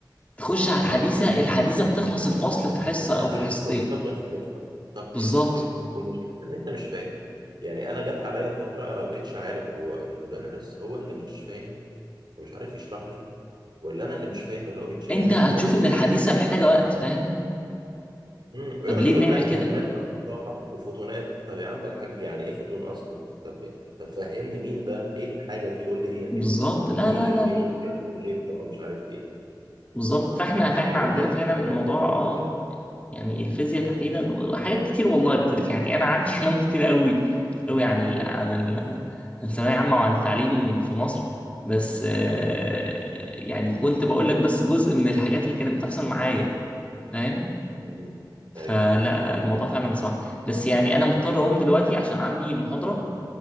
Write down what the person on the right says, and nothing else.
اه
حديثة
كل
كل شابتر في حصة طق
طق والمشكلة إن أنت مش فاهم يعني أنا جت عليا فترة أنا ما بقتش عارف هو المدرس هو اللي مش فاهم فمش عارف يشرح لي ولا أنا اللي مش فاهم اللي هو بيتشرح
ولا
هو في
إيه
امم ويقعد
يقول
لك
كمات من الطاقة وفوتونات طب يا عم الحاج يعني إيه فوتون أصلا طب طب فهمني مين ده إيه الحاجة دي يقول لي هي كده
دي
كمية
كمية طاقة مش عارف إيه
فالموضوع
غريب
بصراحة في
الفكرة دي.
مم.
مم.
أيوه